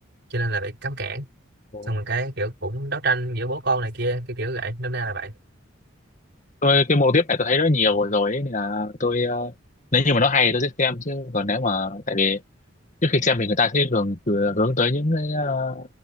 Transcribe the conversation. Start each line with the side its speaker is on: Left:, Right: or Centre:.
Right: cho nên là bị cấm cản
Left: Ừ.
Right: xong rồi cái kiểu cũng đấu tranh giữa bố con này kia cái kiểu vậy nôm na là vậy
Left: tôi cái mô tiếp này tôi thấy rất nhiều rồi rồi ấy, nên là tôi ờ, nếu như mà nó hay thì tôi sẽ xem chứ còn nếu mà tại vì trước khi xem thì người ta sẽ thường thường hướng tới những cái ờ,